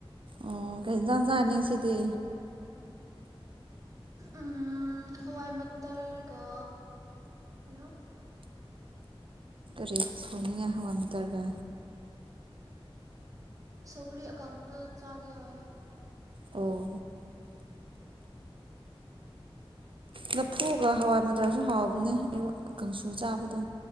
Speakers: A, on the right; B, on the right.
A: ꯑꯣ ꯀꯩꯟꯖꯥꯟꯖꯥꯅꯤꯡ ꯁꯤꯗꯤ
B: ꯎꯝ ꯍꯋꯥꯏ ꯃꯇꯇꯔꯒ ꯀꯩꯅꯣ
A: ꯔꯤꯦ ꯁꯣꯅꯤꯌꯥ ꯍꯋꯥ ꯑꯃ ꯇꯔꯒ
B: ꯁꯧꯒꯔꯤ ꯑꯀꯥꯥꯎꯗ ꯆꯥꯒ ꯍꯥꯏ
A: ꯑꯣ ꯅ ꯐꯨꯒ ꯍꯋꯥꯏ ꯃꯖꯁꯨ ꯍꯋꯥ ꯑꯗꯨꯅ ꯑꯩ ꯀꯥꯡꯁꯨ ꯆꯥꯕꯗꯣ